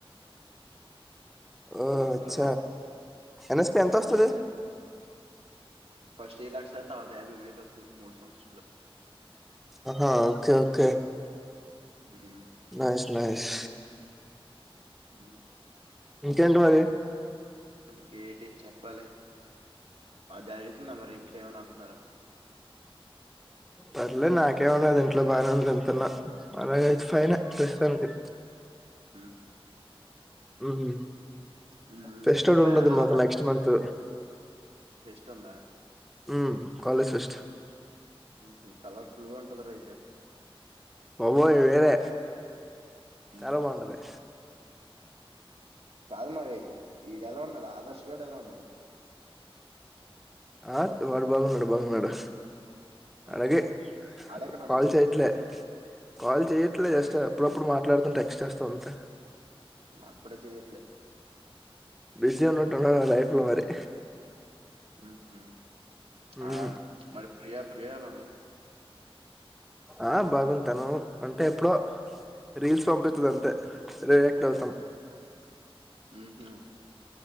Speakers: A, in the centre; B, on the right.
A: ఓ అచ్చ
B: హలో
A: ఎనఎస్ పి ఎంత
B: హ్మ్
A: వస్తాది
B: ఫస్ట్ ఏ లక్ష తర్వాత యాభై వేలు వస్తాది మూడు సంవత్సరాలు
A: అ హా ఓకే ఓకే
B: మ్
A: నైస్ నైస్
B: హ్మ్
A: ఇంకేంటి మరి
B: ఇంకేటి చెప్పాలి అ జరుగుతుంద మరి ఇంట్లో ఏమనన్న అంటున్నారా
A: పర్లేదు నాకేమన్నా అది ఇంట్లో బాగానే ఎంతన్న అలాగ ఫైనే ప్రస్తుతానికి
B: హ్మ్
A: ఉం హు
B: హ్మ్
A: ఫెస్టివల్
B: ఇంకా
A: ఉండదు మాకు
B: ఆదా
A: నెక్స్ట్ మంత్
B: ఫెస్ట్ ఉందా
A: ఉ కాలేజ్ ఫెస్ట్
B: ఉ హు కలరఫుల్ గా ఉంటది రా అయితే
A: బాబోయ్ వేరే
B: హుహు
A: చాలా బాగుంటది
B: కాదు మరి ఈడెలా ఉన్నాడు ఆధార్ష్ గాడు ఎలా ఉన్నాడు
A: అ వాడు బాగున్నాడు బాగున్నాడు
B: బావున్నాడా?
A: అలాగే
B: ఆడెక్కడ
A: కాల్
B: ఉన్నాడు?
A: చేయట్లే కాల్ చేయట్లేదు
B: నా
A: జస్ట్ అప్పుడప్పుడు మాట్లాడుతు టెక్స్ట్ చేస్తా అంతే
B: నా కూడ చెయట్లే
A: బిజీ ఉన్నట్టు ఉన్నాడు లైఫ్ లో మరి
B: ఉహు
A: మ్మ్
B: ఆ మరి ప్రియా ప్రియ ఎలా ఉంది?
A: అ బాగుంది తను అంటే ఎప్పుడో రీల్స్ పంపిస్తది
B: ఆ!
A: అంతే. రియాక్ట్ అవుతాం.
B: ఉహు